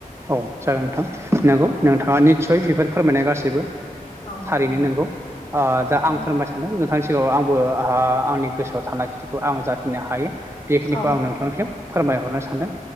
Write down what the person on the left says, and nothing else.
औ
औ
औ
औ